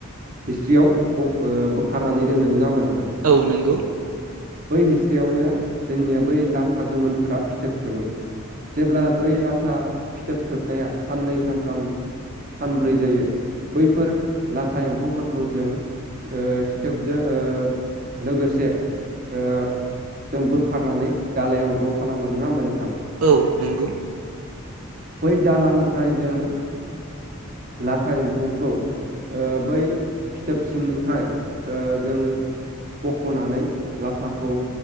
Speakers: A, on the right; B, on the right.
A: हिस्ट्रियाव ओ बोखारनानै दोनो नोंङा होमबा नोंथां
B: औ नोंगौ
A: बै हिसट्रियावनो जोंनिया बै लाथा गोमोनफोरा फिथोब थोबो जेब्ला बै लाथा फिथोब थोबनाया साननै सानथाम सानब्रै जायो बैफोर लाथा एम्फौफोरखौ खौ जों सिथोबजों ओ लोगोसे ओ जों बोखारनानै दालायाव ज' खालामो नोङा होमबा नोंथां
B: औ नोंगौ
A: बै दालानिफ्राय जों लाथा एम्फौखौ ओ बै फिथोब सिंनिफ्राय ओ जों बखनानै लाथाखौ